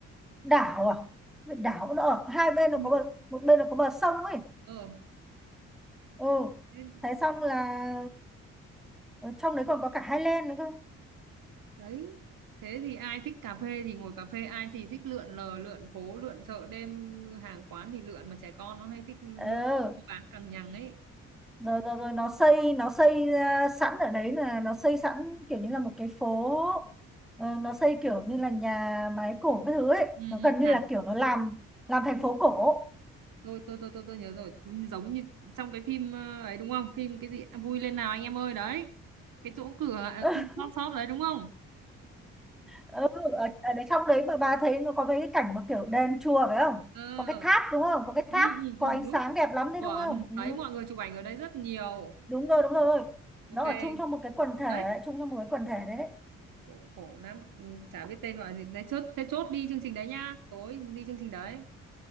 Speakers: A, in the centre; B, on the right.
A: đảo à đảo nó ở hai bên nó
B: Ừ.
A: có bờ một bên nó có bờ sông ấy
B: Ờ,
A: ừ
B: thế,
A: thế xong
B: thế,
A: là
B: thì-
A: ở trong đấy còn có cả Highland nữa cơ
B: đấy. Thế thì ai thích cà phê thì ngồi cà phê, ai thì thích lượn lờ, lượn phố, lượn chợ đêm, hàng quán thì lượn mà trẻ con nó hay thích lượn
A: ờ
B: mua bán càng nhằng ấy.
A: rồi rồi rồi nó xây nó xây ra sẵn ở đấy là nó xây sẵn kiểu như là một cái phố Ờ, nó xây kiểu như là nhà máy cổ cái thứ ấy
B: Ừ,
A: nó
B: ừ.
A: gần như
B: À,
A: là kiểu nó làm làm thành phố cổ
B: tôi, tôi tôi tôi tôi nhớ rồi, giống như trong cái phim ờ, ấy đúng không? Phim cái gì À, vui lên nào anh em ơi đấy. Cái chỗ cửa à,
A: <laughs>
B: khu shop shop đấy đúng không?
A: ừ, ở, ở đấy trong đấy mà bà thấy nó có mấy cái cảnh mà kiểu đền chùa phải không
B: ờ
A: có cái tháp đúng không có cái
B: ừ,
A: tháp
B: ừ,
A: có
B: ừ,
A: ánh
B: đúng
A: sáng đẹp lắm đấy
B: chuẩn
A: đúng không ừ.
B: thấy mọi người chụp ảnh ở đấy rất nhiều
A: đúng rồi đúng rồi
B: ok
A: nó ở chung trong một cái quần thể
B: đấy
A: chung trong một cái quần thể đấy
B: khổ khổ lắm ừ, chả biết tên gọi là gì đấy chốt thế chốt đi chương trình đấy nhá tối đi chương trình đấy